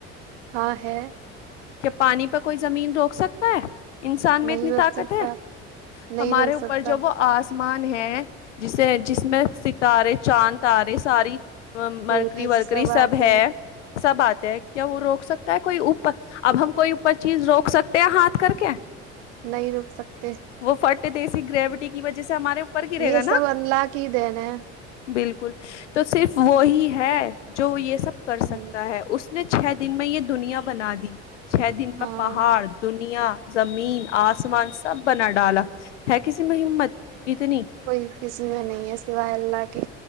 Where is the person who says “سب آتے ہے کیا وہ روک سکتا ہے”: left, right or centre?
Left